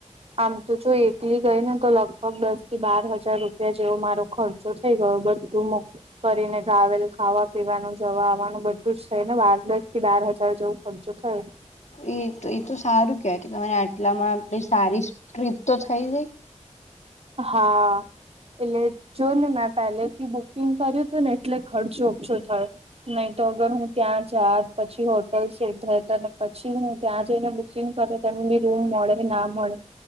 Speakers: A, on the right; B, on the left.
A: આમ તો જો એકલી ગઈ ને તો લગભગ દસ થી બાર હજાર રૂપિયા જેવો મારો ખર્ચ. ો થઈ ગયો બધું મો. કરીને ટ્રાવેલ ખાવા પીવાનું જવા આવવાનું બધું જ થઈને બાર દસ કે બાર હજાર જવું. પચો ખ.
B: એ એ તો સારું કેવાય કે તમારે આટલામાંટ સારી ટ્રીપ તો થઈ ગઈ.
A: હા. એટલે જો ને મેં પહેલે થી બુકિંગ કર્યું હતું ને એટલે ખર્ચો ઓછો થયો. નહીં તો અગર હું ત્યાં જા પછી હોટલ સેટ થાય અને પછી હું ત્યાં જઈને બુકિંગ કરે. તમને રૂમ મળે ના મળે